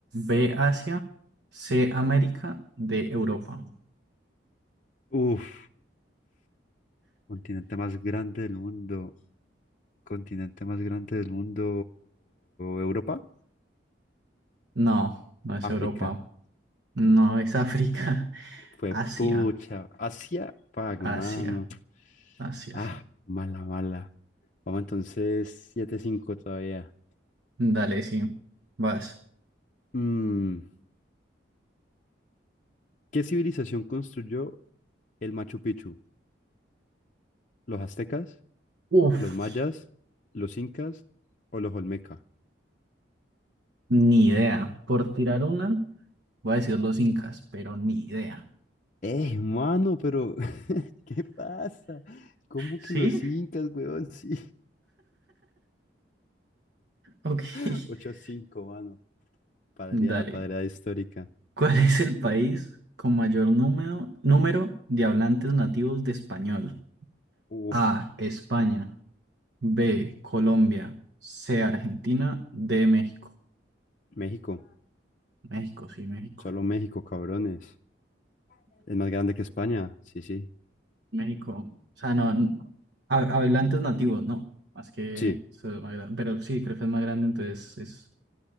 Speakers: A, on the right; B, on the left.
A: B, Asia, C, América, D, Europa.
B: Uf, continente más grande del mundo. Continente más grande del mundo. ¿Europa?
A: No, no es
B: África.
A: Europa. No, es África. <laughs>
B: Fue
A: Asia,
B: pucha. Asia. Fuck,
A: Asia,
B: mano.
A: Asia,
B: Ah,
A: sí.
B: mala, mala. Vamos entonces 7 cinco todavía.
A: Dale, sí. Vas.
B: Mm, ¿Qué civilización construyó el Machu Picchu? ¿Los aztecas,
A: Uf,
B: los mayas, los incas o los olmeca?
A: ni idea. Por tirar una, voy a decir los incas, pero ni idea.
B: Eh, mano, pero <laughs> ¿qué pasa? ¿Cómo
A: ¿Sí?
B: que los incas, weón? Sí.
A: Ok.
B: <laughs>
A: <laughs>
B: ocho a cinco, mano. Padreada,
A: Dale.
B: padreada histórica.
A: ¿Cuál es el país con mayor número, número de hablantes nativos de español?
B: Uf,
A: A. España. B. Colombia. C. Argentina. D. México.
B: México,
A: México, sí, México.
B: solo México, cabrones. Es más grande que España, sí, sí.
A: México. O sea, no. no. Ha- Hablantes nativos, no. Más que.
B: Sí,
A: eso es más grande. Pero sí, creo que es más grande, entonces es